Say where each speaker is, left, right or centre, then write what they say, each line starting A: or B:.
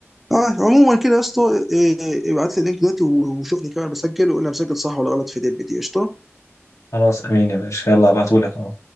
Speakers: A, in the centre; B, on the left.
A: اه عموما كده يا اسطى إيه، إيه، إيه، ابعت لي اللينك دلوقتي وشوفني كمان بسجل وقول لي أنا مسجل صح ولا غلط في ديب دي قشطه
B: خلاص امين يا باشا يلا ابعتهولك اهو